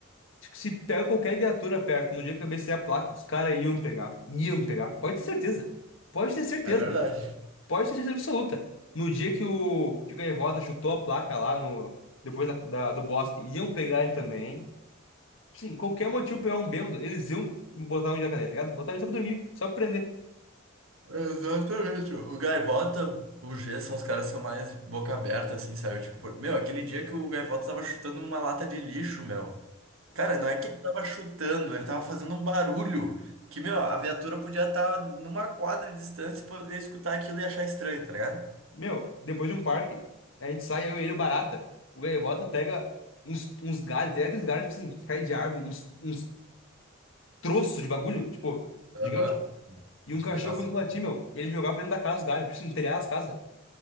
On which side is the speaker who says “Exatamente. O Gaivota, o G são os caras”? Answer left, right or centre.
Right